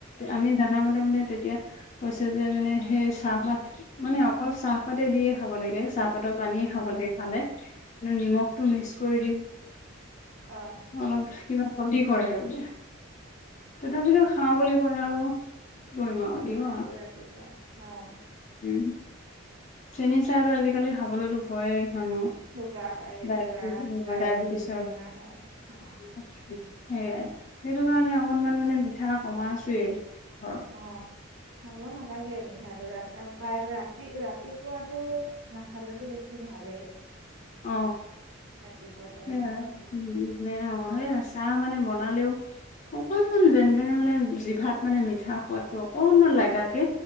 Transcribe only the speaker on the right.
আহ।
নিমখৰ
খাই
তো ৰাতিপুৱা অ'
চুগাৰ এই
কিবা ডায়েবেটিছ
বেমাৰ হয় অ',
অ খাব নালাগে মিঠাটো ৰাতি প্ৰায় ৰাতি ৰাতিপুৱাত টো নাখালেতো বেছি ভালেই
ৰাতিপুৱা টাইমকনত